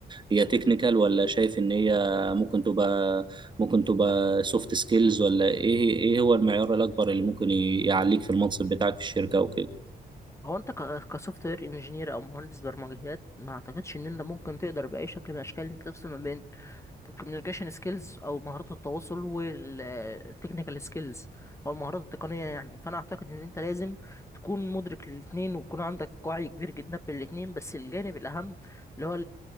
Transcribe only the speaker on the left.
هو انت كسوفت وير انجينير او مهندس برمجيات ما اعتقدش ان انت ممكن تقدر باي شكل من الاشكال انت تفصل ما بين الكوميونيكيشن سكيلز او مهارات التواصل والتكنيكال سكيلز او المهارات التقنيه يعني فانا اعتقد ان انت لازم تكون مدرك للاثنين ويكون عندك وعي كبير جدا بالاثنين بس الجانب الاهم اللي هو